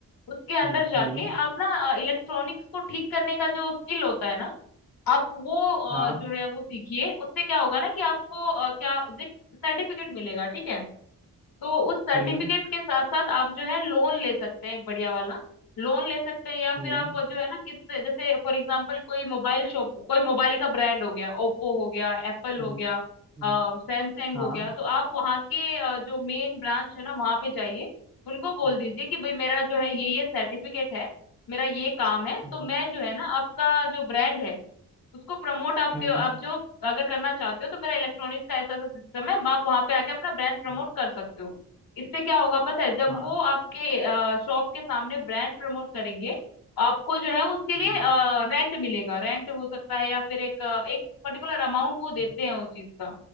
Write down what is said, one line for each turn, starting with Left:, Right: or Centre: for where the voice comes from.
Left: उसके अंडर
Centre: हम्म,
Left: जाके
Centre: हम्म, हम्म,
Left: आप ना इलेक्ट्रॉनिक्स को ठीक करने का जो स्किल होता है ना आप वो अ,
Centre: हाँ
Left: जो है वो सीखिए उससे क्या होगा ना कि आपको अ, क्या सर्टिफिकेट मिलेगा ठीक है तो उस सर्टिफिकेट
Centre: हम्म
Left: के साथ साथ आप जो है लोन ले सकते हैं एक बढ़िया वाला लोन ले सकते हैं या फिर
Centre: हम्म
Left: आप जो है ना किससे जैसे फॉर एग्जांपल कोई मोबाइल शॉप कोई मोबाइल का ब्रांड हो गया ओप्पो हो गया एप्पल
Centre: हम्म
Left: हो गया
Centre: हम्म,
Left: सैमसंग
Centre: हाँ
Left: हो गया तो आप वहाँ के अ, जो मेन ब्रांच है ना वहाँ पे जाइए उनको बोल
Centre: हम्म
Left: दीजिए कि भाई मेरा जो है ये ये सर्टिफिकेट है मेरा ये काम है
Centre: हम्म
Left: तो मैं जो है ना आपका जो ब्रांड है उसको प्रमोट आपके
Centre: हम्म
Left: आप जो अगर करना चाहते हो तो मेरा इलेक्ट्रॉनिक्स का ऐसा ऐसा सिस्टम है आप वहां पे आके अपना ब्रांड प्रमोट
Centre: हम्म,
Left: कर सकते हो इससे क्या होगा पता है जब
Centre: हाँ
Left: वो आपके शॉप के सामने ब्रांड प्रमोट करेंगे आपको जो है उसके लिए
Centre: हम्म
Left: रेंट मिलेगा रेंट हो सकता है या फिर एक अ, एक पर्टिकुलर अमाउंट वो देते
Centre: हम्म
Left: हैं उस चीज का